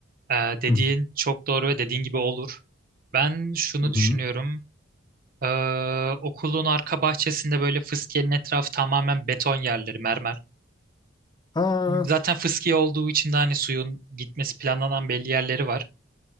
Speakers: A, on the right; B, on the left.
A: e, dediğin
B: Hı
A: çok doğru ve dediğin gibi olur. Ben şunu
B: hı.
A: düşünüyorum. E, okulun arka bahçesinde böyle fıskiyenin etrafı tamamen beton yerleri, mermer.
B: Ha,
A: Zaten fıskiye olduğu için de hani suyun gitmesi planlanan belli yerleri var.